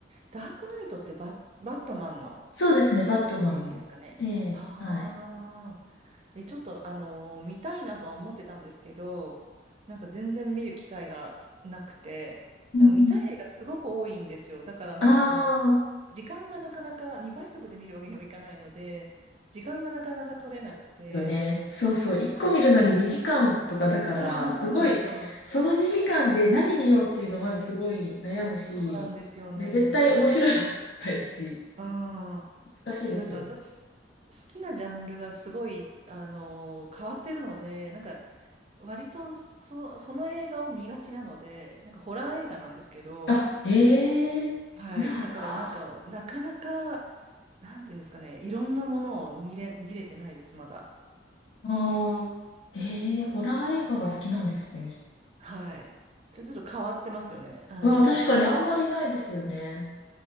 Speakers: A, on the right; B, on the left.
A: ダークナイトってバッ、バットマンの
B: そうですね、バットマンも。
A: 映画ですかね。
B: ええ、
A: ああ、
B: はい。
A: え、ちょっと、あのー見たいなとは思ってたんですけど、なんか全然見る機会がなくて、
B: うん。
A: なんか見たい映画すごく多いんですよ。だからなんかその、
B: ああ、
A: 時間がなかなか2倍速で見るわけにもいかないので、時間がなかなか取れなくて、
B: よね。そうそう、1個見るのに2時間とかだから、
A: はい。そう、
B: すごい、
A: そうなんです、そうなんです。
B: その2時間で何見ようっていうのまずすごい悩むし、
A: そうなんですよね。
B: で、絶対面白いもの見たいし、
A: うん。
B: 難しいですよね。
A: で、なんか私、好きなジャンルがすごい、あのー変わってるので、なんか、割とそ、その映画を見がちなので、なんかホラー映画なんですけど、
B: あ、へえ、
A: はい。
B: ホラーか。
A: だからなんか、なかなか、なんていうんですかね、いろんなものを見れ、見れてないです、まだ。
B: ああ、ええホラー映画が好きなんですね。
A: はい。ちょちょっと変わってますよね。あの、
B: うわ、確かにあんまりないですよね。